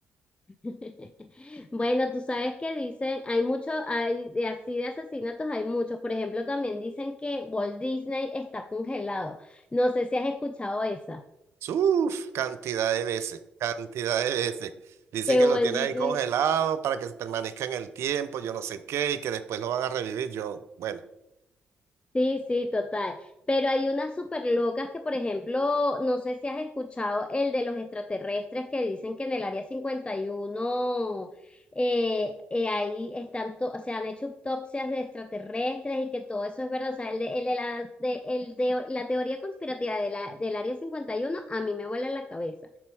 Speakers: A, on the left; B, on the right.
A: <laughs> Bueno, tú sabes que dicen, hay muchos, hay de así de asesinatos, hay muchos. Por ejemplo, también dicen que Walt Disney está congelado. No sé si has escuchado esa,
B: Uf, cantidad de veces, cantidad de veces. Dicen
A: que
B: que
A: Walt
B: lo tienen
A: Disney
B: ahí congelado para que permanezca en el tiempo, yo no sé qué, y que después lo van a revivir. Yo, bueno,
A: Sí, sí, total. Pero hay unas súper locas que, por ejemplo, no sé si has escuchado el de los extraterrestres que dicen que en el área 51 eh, eh, ahí están, to- o sea, han hecho autopsias de extraterrestres y que todo eso es verdad. O sea, el de, el de la, de, el de la teoría conspirativa de la, del área cincuenta y uno a mí me vuela la cabeza.